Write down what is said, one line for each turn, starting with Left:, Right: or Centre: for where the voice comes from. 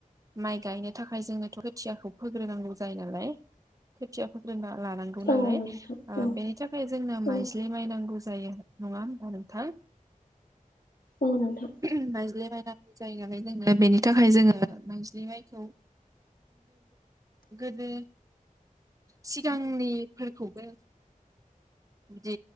Right: माइ गायनो थाखाय जोंनोथ' खोथियाखौ फोग्रोनांगौ जायो नालाय खोथिया फोग्रोना लानांगौ
Left: औ
Right: नालाय
Left: नोंथां औ
Right: बेनि थाखाय जोंनो
Left: औ
Right: माइज्लि माइनांगौ जायो नङा होमबा नोंथां?
Left: औ नोंथां
Right: जायगा लायै जायगा जायो नालाय जोङो बेनि थाखाय जोङो माइज्लि माइखौ गोदो सिगांनिफोरखौबो बिदि